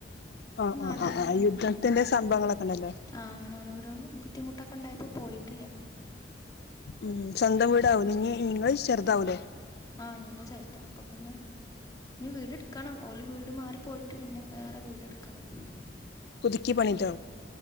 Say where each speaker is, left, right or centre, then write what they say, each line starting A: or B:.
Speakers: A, on the left; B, on the left.
A: ഇപ്പ
B: ആഹ്
A: നാട്ട്ത്തന്നെ
B: ആഹ് ആഹ് ആഹ് യുദ്ധത്തിന്റെ
A: ഉം.
B: സംഭവങ്ങളൊക്കെ ഉണ്ടല്ലോ
A: ആ അങ്ങനെ ഓരോരോ ബുദ്ധിമുട്ടൊക്കെ ഇണ്ടായപ്പോ പോയിട്ടില്ല
B: ഉം സ്വന്തം വീടാവൂലെ ഇഞ്ഞി ങ്ങള് ചെറുതാവൂലേ
A: ആ ഞങ്ങള് ചെർതാ അപ്പൊ പിന്നെ ഇഞ്ഞി വീടെട് ക്കണം. ഓല് വീട് മാറി പോയിട്ട് പിന്നെ വേറെ വീട് ഇട്ക്കണം
B: പുതിക്കി പണിതോ